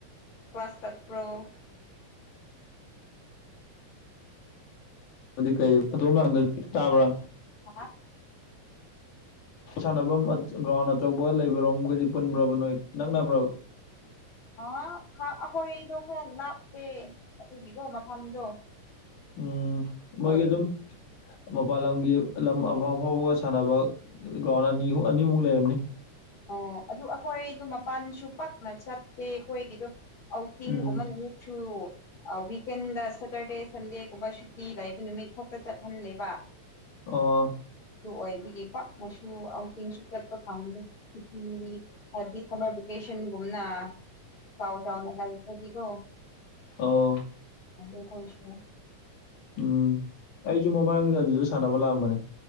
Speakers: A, on the left; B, on the left.
A: ꯀ꯭ꯂꯥꯁ ꯆꯠꯄ꯭ꯔꯣ꯫
B: ꯑꯗꯨ ꯀꯩ ꯑꯗꯣꯝ ꯂꯥꯡꯗ ꯇꯥꯕ꯭ꯔꯥ
A: <unintelligible>
B: ꯁꯥꯟꯅꯕꯝ ꯒ꯭ꯔꯥꯎꯟ ꯑꯆꯧꯕ ꯂꯩꯕꯔꯣꯝꯒꯥꯗꯤ ꯄꯨꯟꯕ꯭ꯔꯥꯕ ꯅꯣꯏ ꯅꯛꯅꯕ꯭ꯔꯥꯕ
A: ꯍꯥ ꯈꯥ ꯑꯈꯣꯏꯗꯣ ꯈꯔ ꯂꯥꯞꯄꯦ ꯑꯗꯨꯒꯤꯀꯣ ꯃꯐꯝꯗꯣ
B: ꯎꯝ ꯃꯣꯏꯒꯤ
A: ꯑꯣꯏꯕꯒꯤ
B: ꯑꯗꯨꯝ ꯃꯄꯥꯟ ꯂꯝꯒꯤ ꯂꯝ ꯑꯐꯥꯎ ꯑꯐꯥꯎꯕꯒꯥ ꯁꯥꯟꯅꯕ ꯒ꯭ꯔꯥꯎꯟ ꯑꯅꯤꯍꯨ ꯑꯅꯤꯃꯨꯛ ꯂꯩꯔꯝꯅꯤ
A: ꯑꯥ ꯑꯗꯨ ꯑꯈꯣꯏꯗꯣ ꯃꯄꯥꯟꯁꯨ ꯄꯛꯅ ꯆꯠꯇꯦ ꯑꯈꯣꯏꯒꯤꯗꯣ ꯑꯥꯎꯠꯇꯤꯡꯒꯨꯝꯕ
B: ꯎꯝ
A: ꯅꯨꯃꯤꯠꯁꯨ ꯑꯥ ꯋꯤꯀꯦꯟꯗꯥ ꯁꯦꯇꯔꯗꯦ ꯁꯟꯗꯦꯒꯨꯝꯕ ꯁꯨꯇꯤ ꯂꯩꯕ ꯅꯨꯃꯤꯠ ꯈꯛꯇꯥ ꯆꯠꯍꯟꯂꯦꯕ
B: ꯑꯣ
A: ꯑꯗꯨ ꯑꯣꯏꯕꯒꯤ ꯄꯥꯛꯅꯁꯨ ꯑꯥꯎꯇꯤꯡꯁꯨ ꯆꯠꯄ ꯐꯪꯗꯦ ꯄꯤꯀꯤꯅꯤꯛ ꯍꯥꯏꯕꯗꯤ ꯁꯥꯃꯔ ꯕꯤꯀꯦꯁꯟꯒꯨꯝꯅ ꯆꯥꯎ ꯆꯥꯎꯅꯥ ꯂꯩꯈ꯭ꯔꯥꯗꯤꯒꯣ
B: ꯑꯣ
A: ꯑꯗꯨ ꯍꯣꯏꯁꯨ
B: ꯎꯝ ꯑꯩꯖꯨ ꯃꯃꯥꯡꯗ ꯑꯗꯨꯗ ꯁꯥꯟꯅꯕ ꯂꯥꯛꯑꯝꯕꯅꯦ